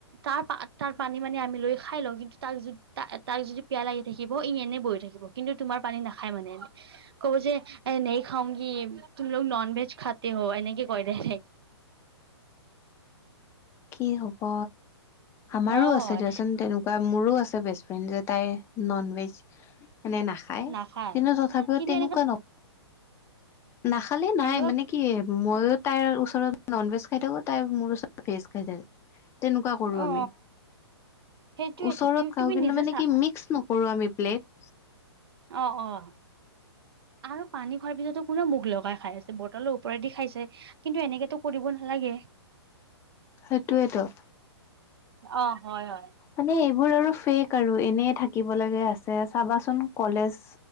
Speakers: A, on the right (about 60°); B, on the left (about 20°).
A: তাৰপা তাৰ পানী মানি আমি লৈ খাই লওঁ, কিন্তু তাক যদি ত তাক যদি পিয়া লাগি থাকিব ই এনেই বহি থাকিব। কিন্তু তোমাৰ পানী নাখায় মানে এনে। কয় যে এ নেহি খাওঁগি, তুম লগ নন ভেজ খাতে হ' এনেকে কৈ ডাইৰেক্ট।
B: কি হ'ব, আমাৰো
A: হয়
B: আছে দিয়াচোন তেনেক বা মোৰো আছে বেষ্ট ফ্ৰেণ্ড, যে তাই নন ভেজ মানে না খাই,
A: নাখায়
B: কিন্তু তথাপিও
A: কিন্তু
B: তেনেকুৱা
A: এনেকুৱা
B: নক নাখালে নাই,
A: এনেকুৱা
B: মানে কি মইও তাইৰ ওচৰত নন ভেজ খাই থাকো, তাই মোৰ ওচৰত ভেজ খাই থাকে। তেনেকুৱা কৰো
A: অ
B: আমি,
A: সেইটোয়েতো
B: ওচৰত খাওঁ
A: তুমি
B: কিন্তু
A: নিজে
B: মানে
A: চা
B: কি মিক্স নক নকৰো আমি প্লেট।
A: অ', অ'। আৰু পানী খোৱাৰ পিছতো <unintelligible> মুখ লগাই খাই আছে, বটলৰ ওপৰেদি খাইছে। কিন্তু এনেকেতো কৰিব নালাগে।
B: সেইটোৱেতো।
A: অ', হয়, হয়।
B: মানে এইবোৰ আৰু ফেক আৰু, এনে থাকিব লাগা আছে চাবাচোন কলেজ,